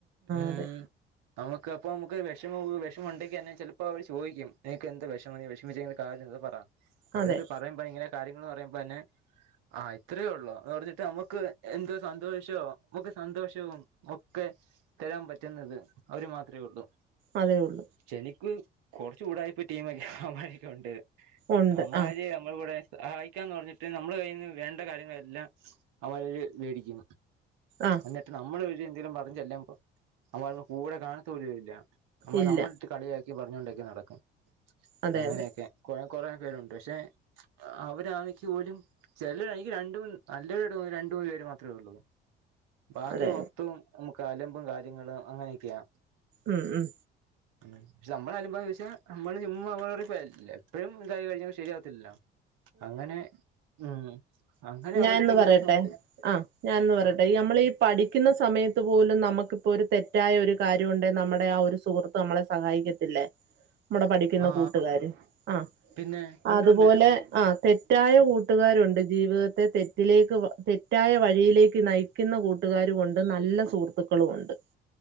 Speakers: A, on the right; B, on the right.
A: ഉം
B: അതെ
A: നമുക്ക് അപ്പൊ നമുക്ക് വിഷമ വിഷമ ഉണ്ടെങ്കി തന്നെ ചിലപ്പോ അവ ചോദിക്കും നിനക്ക് എന്ത വിഷമ വിഷമിച്ച കാര്യം എന്താ പറ അവിര്ത്
B: അതെ
A: പറയാൻ ഭയങ്കരെ കാര്യങ്ങൾ പറയുമ്പോ തന്നെ ആ ഇത്രയേ ഉള്ളൂ എന്ന് പറഞ്ഞിട്ട് നമക്ക് എന്തോ സന്തോഷോ നമക്ക് സന്തോഷവും ഒക്കെ തരാൻ പറ്റുന്നത് അവര് മാത്രെ ഉള്ളൂ.
B: അതേ ഉള്ളൂ
A: ചെനിക്ക് കുറച് ഉടായിപ് ട്ടീമ ഒക്കെ അവമാരൊക്കെണ്ട്
B: ഉണ്ട്
A: അവമ്മാര്
B: ആഹ്
A: നമ്മളിവിടെ സഹായിക്കാന്ന് പറഞ്ഞിട്ട് നമ്മൾ കയ്യിന്ന് വേണ്ട കാര്യങ്ങളെല്ലാം അവമ്മര് മേടിക്കു
B: ആഹ്
A: എന്നിട്ട് നമ്മൾ ഒരു എന്തെങ്കിലും പറഞ് ചേ ല്ലുമ്പോ അവമ്മാര് നമ്മള കൂടെ കാണാ പോലല്ല നമ്മൾ
B: ഇല്ല
A: നമ്മ കളിയാക്കി പറഞ്ഞൊണ്ടക്കെ നടക്കും
B: അതെ
A: അങ്ങനെയക്കെ
B: അതെ അതെ
A: കൊ കൊറ പേരുണ്ട് പക്ഷെ അവരാമക്ക് പോലും ചില എനിക്ക് നല്ലവരു രണ്ട് മൂന്ന് പേര് മാത്രമേ ഉള്ളൂ. ബാക്കി
B: അതെ
A: മൊത്തവും നമക്ക് അലമ്പ് കാര്യങ്ങളും അങ്ങനെയൊക്കെയാ
B: ഉം ഉം
A: പിന്നെ പക്ഷെ നമ്മള് അനുഭവംചോയ്ച്ച നമ്മള് ചുമ്മാ എപ്പോഴും ഇതായിക്കായിഞ്ഞ ശരിയാവത്തില്ലല്ലോ? അങ്ങനെ ഉം അങ്ങനെ അവരടുത്ത്
B: ഞാനന്ന്
A: ഇങ്ങനെ
B: പറയട്ടെ
A: സംസാരി
B: ആ ഞാനന്ന് പറയട്ടെ ഈ നമ്മളീ പഠിക്കുന്ന സമയത്ത് പോലും നമക്കിപ്പോൾ ഒരു തെറ്റായ ഒരു കാര്യമുണ്ട് നമ്മടെ ആ ഒരു സുഹൃത്ത് നമ്മളെ സഹായിക്കത്തില്ലേ?
A: <inaudible>
B: നമ്മടെ പഠിക്കുന്ന
A: ആ
B: കൂട്ടുകാര് ആഹ്
A: പിന്നെ ഉണ്ട്
B: അതുപോലെ
A: ഉണ്ട്
B: ആ തെറ്റായ കൂട്ടുകാരുണ്ട് ജീവിതത്തി ത്തെ തെറ്റിലേക്ക് തെറ്റായ വഴിയിലേക്ക് നയിക്കുന്ന കൂട്ടുകാരൂണ്ട് നല്ല സുഹൃത്തുക്കളും ഉണ്ട്.